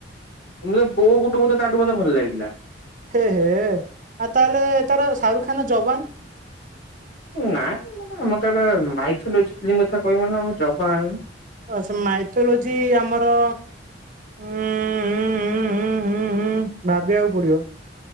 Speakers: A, on the left (about 60°); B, on the right (about 45°).
A: ମୁଁ ତ ବୋଉ ବୁଟୁ ଭୂତ ତା ଠୁ ମତେ ଭଲ ଲାଗିଲା।
B: ହେ ହେ ଆଉ ତାହେଲେ ତାର ଶାହାରୁଖାନ ର ଯବାନ୍
A: ନାଇଁ ମାନେ ମତେ ଗୋଟେ ମାଇଥୋଲୋଜି ଫିଲ୍ମ କଥା କହିବନା ମୁଁ ଯବାନ୍
B: ଆ ସେ ମାଇଥୋଲୋଜି ଆମର ହୁଁ ହୁଁ ହୁଁ ହୁଁ ହୁଁ ଭାବିବାକୁ ପଡିବ।